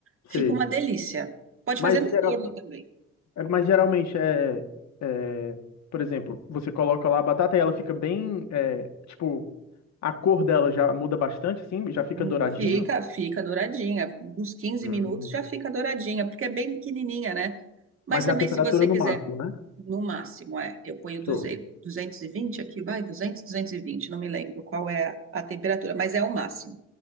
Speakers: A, on the right; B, on the left.
A: Fica
B: sei.
A: uma delícia. Pode
B: Mas,
A: fazer no
B: geral-
A: forno também.
B: é, mas geralmente é, é, por exemplo, você coloca lá a batata e ela fica bem, é, tipo, a cor dela já muda bastante, assim, já fica
A: Hum,
B: douradinho.
A: Fica, fica douradinha. Uns quinze
B: Hum.
A: minutos já fica douradinha, porque é bem pequenininha, né? Mas
B: Mas
A: também,
B: na temperatura
A: se você
B: no
A: quiser,
B: máximo, né?
A: no máximo, é. Eu ponho duzentos
B: Show.
A: duzentos e vinte aqui, vai, duzentos duzentos e vinte, não me lembro qual é a a temperatura, mas é o máximo.